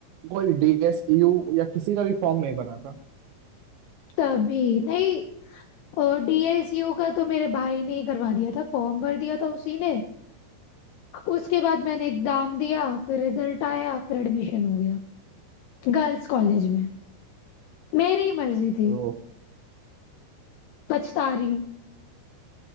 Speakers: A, on the right (about 75°); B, on the left (about 80°).
A: कोई डीएसयू या किसी का भी फॉर्म नहीं भरा था
B: तभी नहीं डीएसयू का तो मेरे भाई ने ही करवा दिया था फॉर्म भर दिया था उसी ने उसके बाद मैंने एग्जाम दिया फिर रिजल्ट आया फिर एडमिशन हो गया गर्ल्स कॉलेज में मेरी मर्जी थी
A: तो
B: पछता रही हूँ